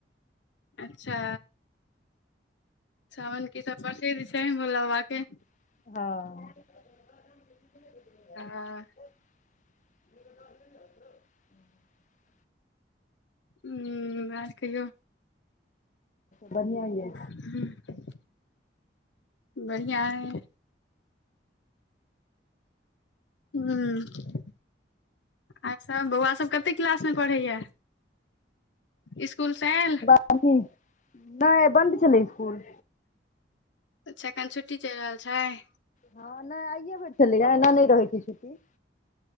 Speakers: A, on the left (about 80°); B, on the left (about 40°).
A: अच्छा सावनक की सब प्रसिद्ध छैय भोला बाबा के।
B: हां
A: आ
B: <inaudible>
A: हूं आर कहियौ।
B: बन्हिआ अय।
A: हूं बढ़िआं अय। हूं आर सब बौआ सब कतेक क्लास मे पढ़ैया इसकूल से आयल?
B: अभी नहि बन्द छलै इसकुल।
A: अच्छा कायल छुट्टी चलि रहल छैय।
B: हँ नहि आइए होइत छलैए एना नहि रहैत छैय छुट्टी।